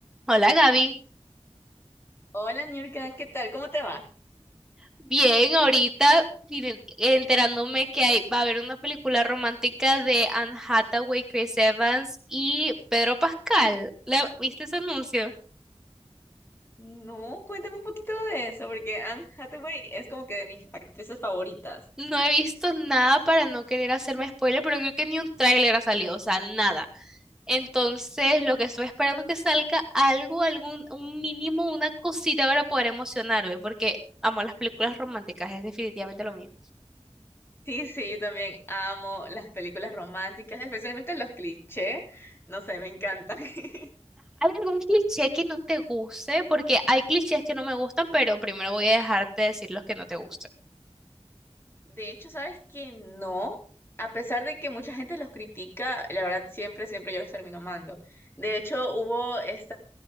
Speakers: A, in the centre; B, on the left (about 20°).
A: Hola Gaby,
B: Hola, Niurka, ¿qué tal? ¿Cómo te va?
A: bien, ahorita miren, enterándome que hay, va a haber una película romántica de Anne Hathaway, Chris Evans y Pedro Pascal. ¿La, viste ese anuncio?
B: No, cuéntame un poquito de eso, porque Anne Hathaway es como que de mis actrices favoritas.
A: No he visto nada para no querer hacerme spoiler, pero creo que ni un tráiler ha salido, o sea, nada. Entonces, lo que estoy esperando es que salga algo, algún, un mínimo, una cosita para poder emocionarme, porque amo las películas románticas, es definitivamente lo mío.
B: Sí, sí, yo también amo las películas románticas, especialmente los clichés. No sé, me encantan. <laughs>
A: ¿Hay algún cliché que no te guste? Porque hay clichés que no me gustan, pero primero voy a dejarte decir los que no te gustan.
B: De hecho, ¿sabes que no? A pesar de que mucha gente los critica, la verdad siempre, siempre yo los termino amando. De hecho, hubo esta